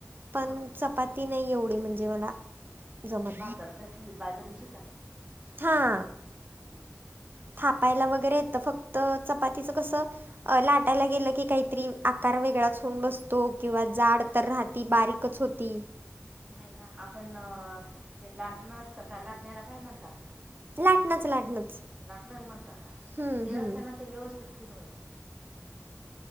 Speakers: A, on the right; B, on the right.
A: पण
B: हां
A: चपाती नाई एवढी म्हणजे मला जमत
B: भाकर कसली बाजरीची का?
A: हा!
B: हम्म!
A: थापायला वगैरे येतं फक्त चपातीचं कसं अ लाटायला गेलं की काहीतरी आकार वेगळाच होऊन बसतो किंवा जाड तर राह ती बारीकच होती.
B: नाय ना आपण ते लाटणं असतं का लाटण्याला काय म्हणतात?
A: लाटणंच लाटणंच.
B: लाटणच म्हणता का?
A: हम्म
B: ते असताना
A: हम्म.
B: ते व्यवस्थित फिरवायचं.